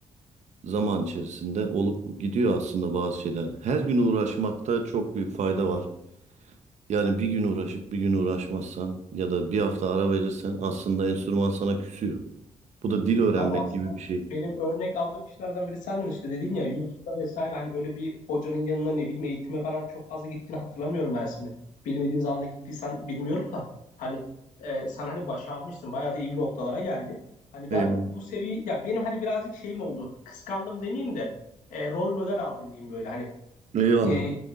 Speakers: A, on the right (about 65°); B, on the left (about 85°).
A: zaman içerisinde olup gidiyor aslında bazı şeyler. Her gün uğraşmakta çok büyük fayda var. Yani bir gün uğraşıp bir gün uğraşmazsan ya da bir hafta ara verirsen aslında enstrüman sana küsüyor. Bu da dil öğrenmek
B: Abi aslında
A: gibi bir şey.
B: benim örnek aldığım kişilerden biri sendin işte dedin ya YouTube'da vesaire hani böyle bir hocanın yanına ne bileyim eğitime falan çok fazla gittiğini hatırlamıyorum ben seni. Bilmediğim zaman da gittiysen bilmiyorum da hani e, sen hani başarmıştın bayağı da iyi bir noktalara geldin. Hani
A: Eyvallah.
B: ben bu seviye ya benim hani birazcık şeyim oldu kıskandım demeyeyim de e, rol model aldım diyeyim böyle hani
A: Eyvallah.
B: e,